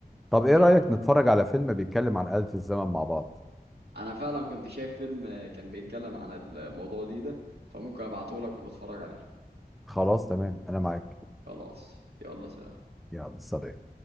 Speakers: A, in the centre; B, on the right.
A: طب ايه
B: طب
A: رايك نتفرج على فيلم بيتكلم عن آلة الزمن مع بعض
B: انا فعلا كنت شايف فيلم كان بيتكلم عن الموضوع دي ده فممكن ابعته لك ونتفرج عليه
A: خلاص تمام انا معاك
B: خلاص يلا سلام
A: يلا سلام